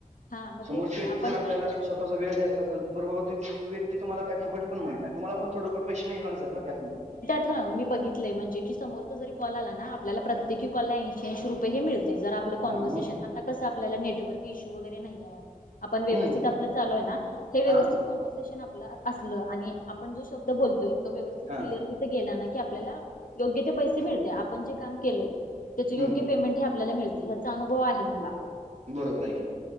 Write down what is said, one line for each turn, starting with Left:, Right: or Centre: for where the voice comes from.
Left: हां मग
Right: समोरची
Left: तेच की,
Right: व्यक्ती
Left: आ
Right: जर आपल्याला स्वतःचा वेळ द्यायचा असल, बरं बाबा ती व्यक्ती काय तुम्हाला फुकट पण म्हणत नाही, तुम्हाला पण थोडं पैसे मिळणारच आहेत ना त्यातंन..
Left: हं मी बघितय म्हणजे की समोरचा जरी कॉल आला ना, आपल्याला प्रत्येकी कॉलला ऐंशी ऐंशी रुपये हे मिळतय, जर आप आपलं कॉन्व्हर्सेशन,
Right: हा मग
Left: आता कसं आपल्याला नेटवर्क इश्यू वगैरे नाहीयेय आपण व्यवस्थित
Right: हम्म
Left: आपलं चालू आहे ना, हे व्यवस्थित
Right: हा
Left: कॉन्व्हसेशन आपलं असलं, आणि आपण जो शब्द बोलतोय, तो व्यवस्थित
Right: हा
Left: क्लिअर तिथं गेला ना की आपल्याला, योग्य ते पैसे मिळतय, आपण जे काम केलय त्याचे योग्य
Right: हम्म
Left: पेमेंट हे आपल्याला मिळतेय, ह्याचा अनुभव आहे मला.
Right: बरोबर हाय की,,